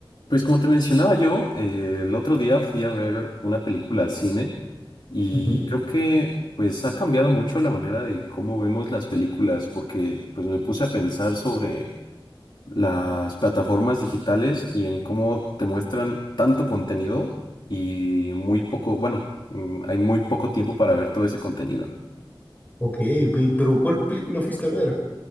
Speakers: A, on the left; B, on the left.
A: Pues como te mencionaba yo, eh, el otro día fui a ver una película al cine y
B: Ujú.
A: creo que pues ha cambiado mucho la manera de cómo vemos las películas porque pues me puse a pensar sobre las plataformas digitales y en cómo te muestran tanto contenido y muy poco, bueno, mm, hay muy poco tiempo para ver todo ese contenido.
B: Ok, ok, pero ¿cuál película fuiste a ver?